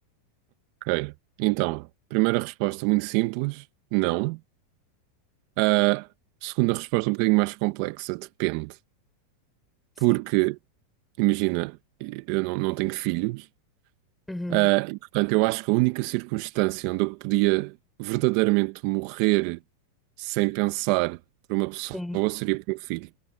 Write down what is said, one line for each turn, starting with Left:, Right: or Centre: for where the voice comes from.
Right: Ok. Então, primeira resposta muito simples, não. A segunda resposta um bocadinho mais complexa, depende.
Centre: Sim.
Right: Porque Imagina, eu não, não tenho filhos,
Centre: Uhum.
Right: ah, e portanto eu acho que a única circunstância onde eu podia verdadeiramente morrer sem pensar por uma pessoa
Centre: Sim,
Right: seria por um filho.